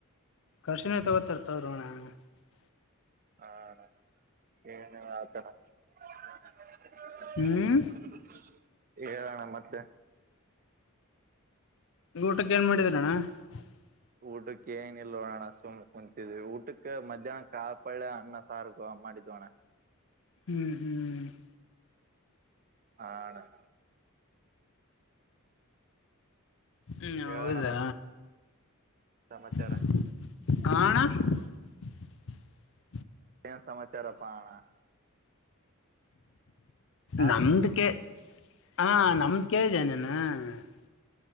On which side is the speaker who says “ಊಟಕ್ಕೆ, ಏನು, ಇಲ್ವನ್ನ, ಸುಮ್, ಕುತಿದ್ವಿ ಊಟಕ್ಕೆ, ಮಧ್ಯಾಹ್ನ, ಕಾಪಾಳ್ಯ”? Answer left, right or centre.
Right